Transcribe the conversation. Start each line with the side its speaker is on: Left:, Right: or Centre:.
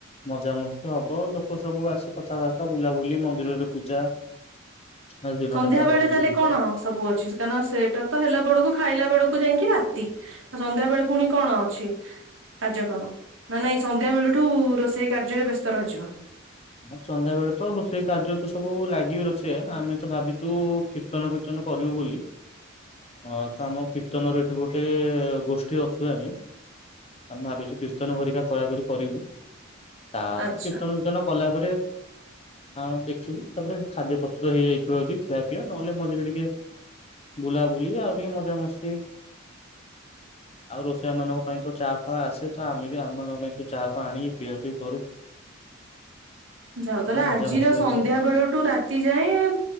Left: ମଜାମଜ ହବ ଆଉ ଲୋକ ସବୁ ଆସି କଥାବାର୍ତ୍ତା ବୁଲାବୁଲି ମନ୍ଦିରରେ ପୂଜା। ଆଜି ଦିନଟା। ପୁରା
Right: ସଧ୍ୟା ବେଳେ
Left: ଭଲସେ
Right: ତାହେଲେ
Left: ଯିବ।
Right: କଣ ସବୁ ଅଛି କାହିଁକ ସେଟ ତ ହେଲା ବବେଳକୁ ଖାଇଲା ବେଳକୁ ଯାଇକି ରାତି ସନ୍ଧ୍ୟା ବେଳେ ପୁଣି କଣ ଅଛି କାର୍ଯ୍ୟକ୍ରମ ନା ନାଇଁ ସନ୍ଧ୍ୟା ବେଳଠୁ ରୋଷେଇ କାର୍ଯ୍ୟରେ ବ୍ୟସ୍ତ ରହିଯିବ।
Left: ହ ସନ୍ଧ୍ୟା ବେଳେ ତ ରୋଷେଇ କାର୍ଯ୍ୟ ତ ସବୁ ଲାଗିବି ରୋଷେଇ ଆମେ ତ ଭାବିଛୁ କୀର୍ତ୍ତନ କୀର୍ତ୍ତନ କରିବୁ ବୋଲି। ହଁ ତ ଆମ କୀର୍ତ୍ତନର ଏଇଠି ଗୋଟେ ଗୋଷ୍ଠୀ ଅଛୁ ଆମେ ଆମେ ଭାବିଛୁ କୀର୍ତ୍ତନ ଭରିକା ଖରାକରି କରିବୁ। ତାପରେ
Right: ଆଚ୍ଛା।
Left: କୀର୍ତ୍ତନ ପୀର୍ତ୍ତନ କଲା ପରେ ଆ ଦେଖିବୁ ତାପରେ ଖାଦ୍ୟ ପ୍ରସ୍ତୁତ ହେଇଯାଇଥିବ ଯଦି ଖିଆ ପିଆ। ନହେଲେ ମଝିରେ ଟିକେ ବୁଲାବୁଲି ଆଉ ଟିକେ ମଜାମସ୍ତି। ଆଉ ରୋଷେଇଆ ମାନଙ୍କ ପାଇଁ ତ ଚାହା ଫା ଆସେ ତ ଆମେ ବି ଆମ ମାନଙ୍କ ପାଇଁ ସବୁ ଚା ଫା ଆଣିକି ପିଆ ପିଇ କରୁ।
Right: ଯାଉ
Left: ପୁରା
Right: ତାହେଲେ
Left: ମଜା
Right: ଆଜିର
Left: ମସ୍ତିରେ
Right: ସନ୍ଧ୍ୟା
Left: ଯାଏ ଆଉ।
Right: ବେଳଠୁ ରାତି ଯାଏଁ-ଏ-ଏ